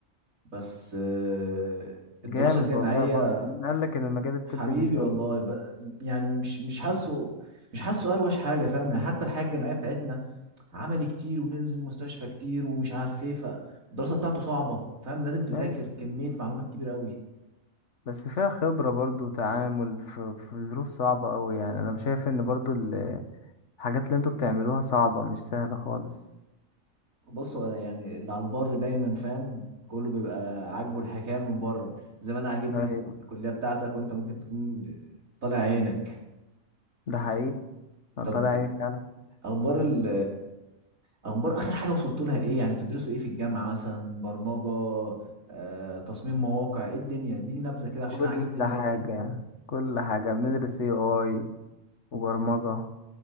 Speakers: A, on the right; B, on the left.
A: بس آه،
B: جامد
A: الدراسه الجامعيه
B: والله برضه مين قال لك ان المجال الطبي
A: حبيبي
B: مش وحش
A: والله ب- يعني مش مش حاسه مش حاسه اروش حاجه فاهم يعني حتى الحياه الجامعيه بتاعتنا عملي كتير وننزل مستشفى كتير ومش عارف ايه فالدراسه بتاعته صعبه فاهم لازم تذاكر
B: ماشي
A: كميه معلومات كبيره قوي
B: بس فيها خبرة برضه وتعامل في, في ظروف صعبة أوي يعني أنا شايف إن برضه الحاجات اللي انتوا بتعملوها صعبة مش سهلة خالص
A: بص هو يعني اللي على البر دايما فاهم كله بيبقى عاجبه الحكايه من بره زي ما انا عاجبني
B: ايوه
A: الكليه بتاعتك وانت ممكن تكون طالع عينك
B: ده حقيقي أنا
A: طب
B: طالع عيني فعلا
A: اخبار ال اخبار اخر حاجه وصلت لها ايه يعني بتدرسوا ايه في الجامعه مثلا برمجه آه، تصميم مواقع ايه الدنيا اديني نبذه كده عشان
B: كل
A: أنا عاجبني المجال
B: حاجة
A: ده
B: كل حاجة بندرس اي اي وبرمجة